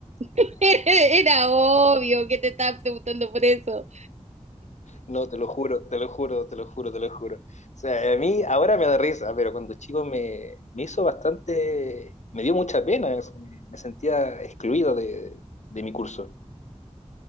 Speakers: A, on the right; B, on the left.
A: <laughs> Era obvio que te estaban preguntando por eso.
B: No, te lo juro, te lo juro, te lo juro, te lo juro. O sea, a mí ahora me da risa, pero cuando chico me, me hizo bastante, me dio mucha pena eso. Me, me sentía excluido de, de mi curso.